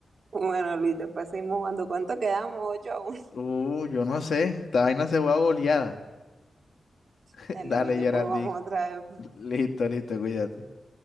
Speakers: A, on the right; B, on the left.
A: Bueno, Luis, después seguimos jugando. ¿Cuánto quedamos? 8 a uno.
B: Uh, yo no sé. Esta vaina se juega a goleada. <laughs>
A: Dale,
B: Dale,
A: Luis, después
B: Geraldine.
A: jugamos otra vez.
B: <laughs> Listo, listo, cuídate.